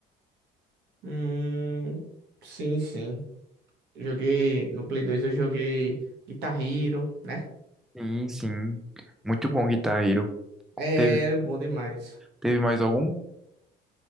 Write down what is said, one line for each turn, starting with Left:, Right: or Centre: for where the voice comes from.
Right: Hum, sim, sim. Joguei no Play 2, eu joguei Guitar Hero, né?
Centre: Sim, sim. Muito bom, Guitar Hero.
Right: É,
Centre: Teve,
Right: bom demais.
Centre: teve mais algum?